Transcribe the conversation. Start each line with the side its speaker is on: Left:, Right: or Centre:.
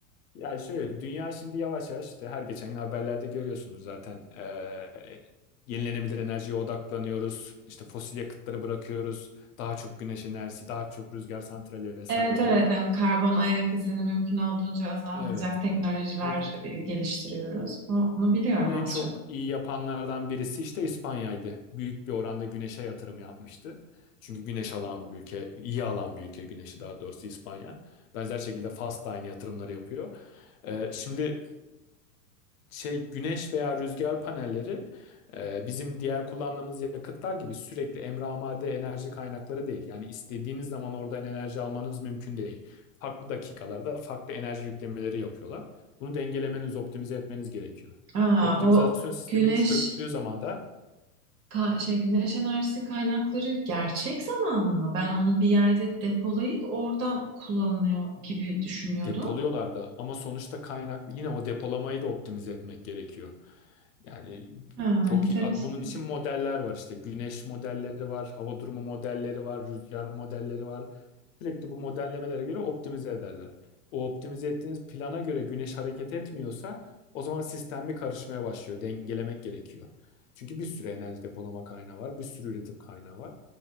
Left: Ya şöyle dünya şimdi yavaş yavaş işte her geçen gün haberlerde görüyorsunuz zaten Ee, yenilenebilir enerjiye odaklanıyoruz işte fosil yakıtları bırakıyoruz daha çok güneş enerjisi daha çok rüzgar santrali vesaire
Right: Evet evet
Left: diye.
Right: yani karbon ayak izini mümkün olduğunca azaltacak
Left: Evet
Right: teknolojiler
Left: bu, bu, bu-
Right: e, geliştiriyoruz. O- Onu biliyorum
Left: bunu en
Right: az
Left: çok
Right: çok.
Left: iyi yapanlardan birisi işte İspanya'ydı büyük bir oranda güneşe yatırım yapmıştı. Çünkü güneş alan bir ülke iyi alan bir ülke güneşi daha doğrusu İspanya benzer şekilde Fas da aynı yatırımları yapıyor. Ee, şimdi şey güneş veya rüzgar panelleri e, bizim diğer kullandığımız yakıtlar gibi sürekli emramade enerji kaynakları değil. Yani istediğiniz zaman oradan enerji almanız mümkün değil. Farklı dakikalarda farklı enerji yüklemeleri yapıyorlar. Bunu dengelemeniz, optimize etmeniz gerekiyor.
Right: Aa,
Left: Optimizasyon
Right: o
Left: sistemi
Right: güneş
Left: çöktüğü zaman da
Right: ka- şey güneş enerjisi kaynakları gerçek zamanlı mı? Ben onu bir yerde depolayıp oradan kullanılıyor gibi düşünüyordum.
Left: Depoluyorlar da ama sonuçta kaynak yine o depolamayı da optimize etmek gerekiyor. Yani
Right: Ha,
Left: çok
Right: enteresan.
Left: iyi bunun için modeller var işte güneş modelleri var, hava durumu modelleri var, rüzgar modelleri var. Sürekli bu modellemelere göre optimize ederler. O optimize ettiğiniz plana göre güneş hareket etmiyorsa o zaman sistem bir karışmaya başlıyor. Dengelemek gerekiyor. Çünkü bir sürü enerji depolama kaynağı var, bir sürü üretim kaynağı var.